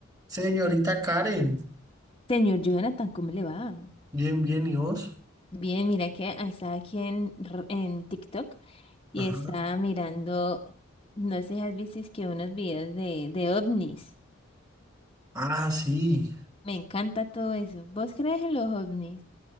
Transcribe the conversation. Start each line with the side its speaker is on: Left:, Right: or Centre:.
Right: Señorita Karen,
Left: Señor Jonathan, ¿cómo le va?
Right: bien, bien, ¿y vos?
Left: Bien, mira que ahí estaba aquí en, r- en TikTok y
Right: Ajá.
Left: estaba mirando, no sé si has visto es que unos videos de, de ovnis.
Right: Ah, sí,
Left: Me encanta todo eso. ¿Vos crees en los ovnis?